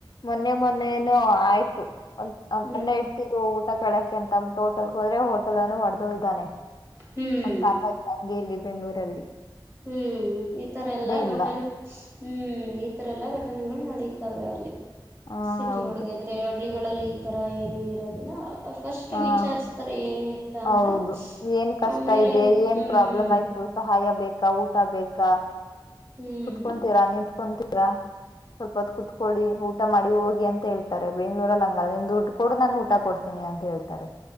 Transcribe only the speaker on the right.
ಹ್ಮ್
ಹ್ಮ್
ಹ್ಮ್ ಈತರ ಎಲ್ಲಾ
ಘಟನೆ ಹ್ಮ್ ಈತರ ಎಲ್ಲಾ ಘಟನೆಗಳು ನಡೀತ ತವೆಯಲ್ಲಿ
ಸಿಟಿ
ಒಳಗೆ ಇದ್ರೆ ಹಳ್ಳಿಗಳಲ್ಲಿ ಇ ಆತರ ಏನು ಇರೋದಿಲ್ಲ ಫಸ್ಟ್
ವಿಚಾರಿಸಸ್ತಾರೆ ಏನು ಎತ್ತ ಅಂತ
ಆಮೇಲೆ
ಹ್ಮ್
ಹ್ಮ್